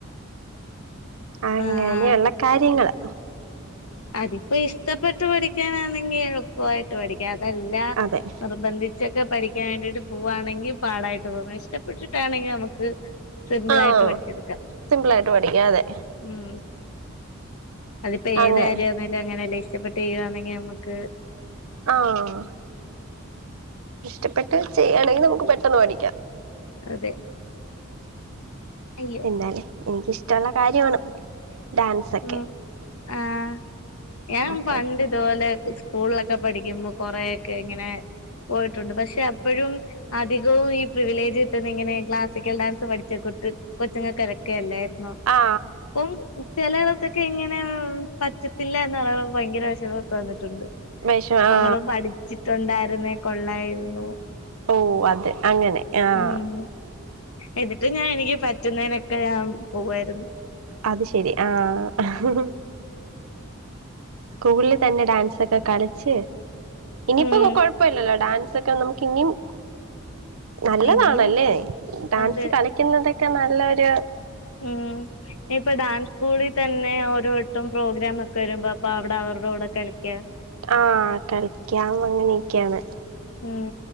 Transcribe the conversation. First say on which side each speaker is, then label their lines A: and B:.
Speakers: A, on the right (about 80°); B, on the left (about 80°).
A: അങ്ങനെള്ള
B: ആഹ്
A: കാര്യങ്ങള്
B: അതിപ്പോ ഇഷ്ടപ്പെട്ട് പഠിക്കാനാണെങ്കി എളുപ്പായിട്ട് പഠിക്കാ അതല്ല
A: അതെ
B: നിർബന്ധി ച്ചൊക്കെ പഠിക്കാൻ വേണ്ടിട്ട് പോവാണെങ്കി പാടായിട്ട് പോകും ഇഷ്ടപ്പെട്ടിട്ടാണെങ്കി നമുക്ക് സിംബ്ളായിട്ട്
A: ആ
B: വടിച്ചെട്ക്കാ
A: സിമ്പിൾ ആയിട്ട് പഠിക്കാം അതെ
B: ഉം അതിപ്പ ഏതയാ
A: അങ്ങനെ
B: നാലും അങ്ങനെയല്ലേ ഇഷ്ടപ്പെട്ട് ചെയ്യുണങ്ങി നമക്ക്
A: ആഹ് ഇഷ്ടപ്പെട്ട് ചെയ്യാണെങ്ങിനമുക്ക് പെട്ടെന്ന് പടിക്കാ
B: അതെ അയ്യോ
A: എന്താലേ എനിക്കിഷ്ടള്ള കാര്യാണ് ഡാൻസക്കെ
B: ഉം ആഹ് ഞാ
A: അപ്പം
B: പണ്ട്ത് പോലെ സ്കൂളിലക്കെ പഠികുന്നു കൊറക്കെ ഇങ്ങനെ പോയിട്ടുണ്ട് പഷേ ഇപ്പഴും അധികവും ഈ പ്രിവിലേജ്ട്ടുന്ന ഇങ്ങനെ ക്ലാസ്സിക്കൽ ഡാൻസ് പഠിച്ചക്കൊട്ട് കൊച്ചുങ്ങക്കതക്കെ എല്ലാര്ന്നോ
A: ആ
B: പ്പം ച്ചെലളത്തൊക്കെ ഇങ്ങനെ പറ്റത്തില്ല എന്ന് ഭയങ്കര വിഷമൊക്കെ വന്നിട്ടുണ്ട്
A: വൈഷ ആ
B: അമ്മള് പഠിച്ചിട്ടുണ്ടായിരുന്നേ കൊള്ളായിരുന്നു
A: ഓ അത് അങ്ങനെ ആഹ്
B: ഉം എന്നിട്ട് ഞാൻ എനിക്ക് പറ്റുന്നതിനൊക്കെ ഞാൻ പോവായിര്ന്ന്
A: അത് ശെരി ആഹ് സ്കൂളില് തന്നെ ഡാൻസൊക്കെ കളിച്ച് ഇനിയിപ്പോ
B: ഉം
A: കൊഴപ്പല്ലല്ലോ ഡാൻസൊക്കെ ന്നമുക്ക് ഇന്നിം നല്ലതാണല്ലേ
B: ഇനിയും
A: ഡാൻസ്
B: അത്
A: കളിക്കുന്നതൊക്കെ ന്നല്ലൊരു
B: ഉം ഇപ്പ ഡാൻ സ്കൂളിൽ തന്നെ ഓരോട്ടും പ്രോഗ്രാം ഒക്കെവരുമ്പോ അപ്പൊ അവിടെ അവരുടെകൂടെ കളിക്കാ.
A: ആഹ് കളിക്കാം അങ്ങനെയൊക്കെയാണ്.
B: ഉം